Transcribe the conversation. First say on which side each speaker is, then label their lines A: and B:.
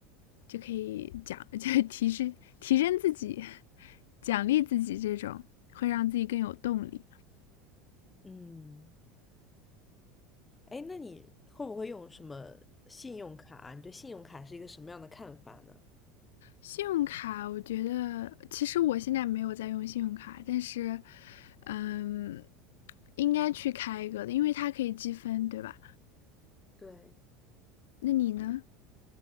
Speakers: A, on the left; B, on the left.
A: 就可以奖，就提升提升自己，奖励自己，这种会让自己更有动力。
B: 嗯，哎，那你会不会用什么信用卡啊？你对信用卡是一个什么样的看法呢？
A: 信用卡，我觉得其实我现在没有在用信用卡，但是，嗯，应该去开一个的，因为它可以积分，对吧？
B: 对，
A: 那你呢？